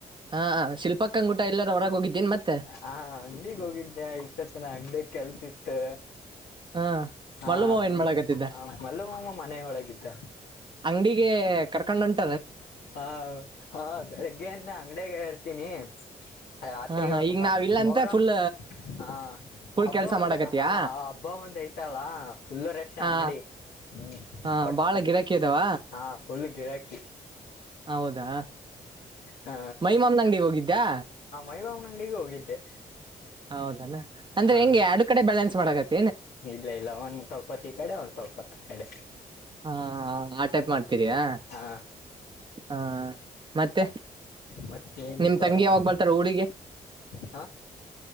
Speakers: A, on the right; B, on the left.
A: ಹಾ ಶಿಲ್ಪಕ್ಕ್ಕಂಗುಟ ಎಲ್ಲರ ಹೊರಗ್ ಹೋಗಿದ್ದೇನ್ ಮತ್ತೆ
B: ಹ ಅಂಗಡಿಗ್ ಹೋಗಿದ್ದೆ ಇಷ್ಟೊತ್ನ ಅಂಗಡಿಯ ಕೆಲ್ಸಿತ್ತು.
A: ಹಾ
B: ಹಾ
A: ಮಲ್ಲುಮಾವ
B: ಬಂದ
A: ಏನ್ ಮಾಡಾಕತ್ತಿದ್ದ
B: ಮಲ್ಲು ಮಾಮ ಮನೆ ಒಳಗಿದ್ದ
A: ಅಂಗಡಿಗೆ ಕರ್ಕೊಂಡಂಟ
B: ಹಾ ಹ ಬೆಳಿಗ್ಗೆಯಿಂದ ಅಂಗಡಿಯಾಗ ಇರ್ತೀನಿ ರಾತ್ರಿ
A: ಹಾ
B: ಇವಾಗ
A: ಹಾ ಈಗ
B: ಮ
A: ನಾವಿಲ್ಲ
B: ಮೊರಂ
A: ಅಂತ ಫುಲ್
B: ಹ
A: ಫುಲ್
B: ಹಬ್ಬ
A: ಕೆಲ್ಸ
B: ಒಂದು
A: ಮಾಡಾಕತ್ತೀಯಾ
B: ಹಾ ಹಬ್ಬ ಒಂದ್ ಐತಲ್ಲಾ ಫುಲ್ ರೆಶ್
A: ಹಾ
B: ಅಂಗಡಿ ಹ್ಮ್
A: ಹಾ
B: ಒಟ್ಟ
A: ಬಾಳ ಗಿರಾಕಿ ಇದಾವ
B: ಹಾ ಫುಲ್ ಗಿರಾಕಿ
A: ಹೌದಾ
B: ಹ
A: ಮೈಮಮನ ಅಂಗಡಿಗೆ ಹೋಗಿದ್ದ್ಯಾ
B: ಮೈಮಾಮನ್ ಅಂಗಡಿಗೆ ಹೋಗಿದ್ದೆ
A: ಹೌದಾನ ಅಂದ್ರೆ
B: ಹ
A: ಹೆಂಗೆ ಅ ಆಡು ಕಡೆ ಬ್ಯಾಲೆನ್ಸ್ ಮಾಡಕತ್ತ
B: ಇಲ್ಲ ಇಲ್ಲ ಒಂದ್ ಸ್ವಲ್ಪತ್ತ ಇ ಕಡೆ ಒಂದ್ ಸ್ವಲ್ಪತ್ತ ಆ ಕಡೆ
A: ಹಾ ಆ ಟೈಪ್ ಮಾಡ್ತೀರಿಯಾ
B: ಹಾ
A: ಹಾ ಮತ್ತೆ
B: ಮತ್ತೇನಿಲ್ಲ
A: ನಿಮ್
B: ನೋಡಪ್ಪ
A: ತಂಗಿ ಯಾವಾಗ ಬರ್ತಾರ ಉಡಿಗೆ
B: ಹ